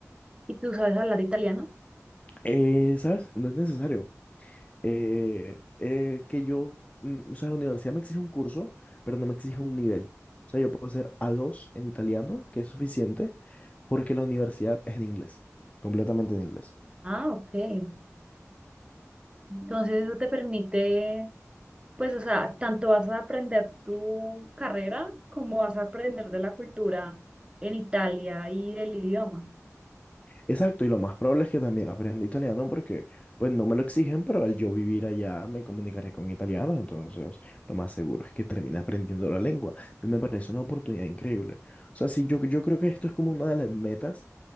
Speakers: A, on the right (about 20°); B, on the left (about 25°).
A: ¿Y tú sabes hablar italiano?
B: Eh, ¿sabes? No es necesario. eh, eh, que yo, mm, o sea, la universidad me exige un curso, pero no me exige un nivel. O sea, yo puedo ser a dos en italiano, que es suficiente, porque la universidad es en inglés, completamente en inglés.
A: Ah, ok. Mm. Entonces eso te permite, pues, o sea, tanto vas a aprender tu carrera como vas a aprender de la cultura en Italia y del idioma.
B: Exacto, y lo más probable es que también aprenda italiano porque, pues, no me lo exigen, pero al yo vivir allá me comunicaré con italianos, entonces lo más seguro es que termine aprendiendo la lengua. Entonces, me parece una oportunidad increíble. O sea, sí, yo, yo creo que esto es como una de las metas